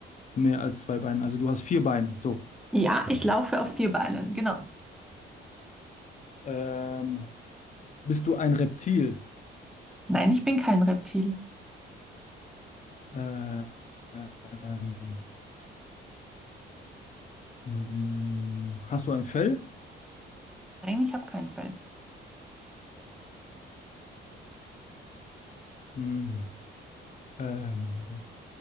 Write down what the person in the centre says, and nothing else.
ja, ich laufe auf vier Beinen, genau.
Nein, ich bin kein Reptil.
Nein, ich habe kein Fell.